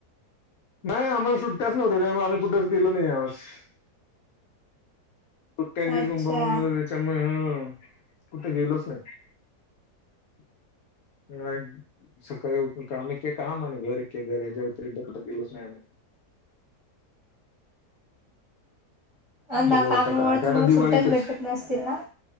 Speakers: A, on the left; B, on the right.
A: नाही आम्हाला सुट्ट्याच नव्हत्या त्या आम्ही कुठेच गेलो नाही ह्या व सुट्ट्यांची
B: अच्छा
A: बोंबाबोंब त्यांच्यामुळे हं कुठ गेलोच नाही. <unintelligible> सकाळी उठून काम एक्के काम आणि घर एक्के घर याच्या व्यतिरिक्त कुठ गेलोच नाही. नाही अजून नाही.
B: ना
A: बघू
B: कामामुळे
A: आता काय कायता
B: तुम्हाला
A: दिवाळीतच.
B: सुट्ट्याच भेटत नसतील ना